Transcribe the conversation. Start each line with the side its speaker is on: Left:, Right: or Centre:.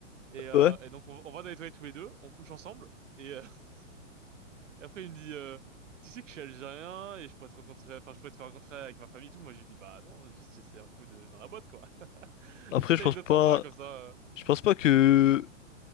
Right: Et, euh,
Left: ouais.
Right: et donc on, on va dans les toilettes tous les deux, on couche ensemble. Et, euh, <laughs> et après il me dit, euh, tu sais que je suis algérien et je pourrais te rencontrer, enfin je pourrais te faire rencontrer avec ma famille et tout. Moi je lui dis bah non, juste c'est un coup de dans la boîte quoi. <laughs>
Left: Après,
Right: Une petite
Left: je
Right: anecdote
Left: pense pas,
Right: sympa comme ça. euh.
Left: je pense pas que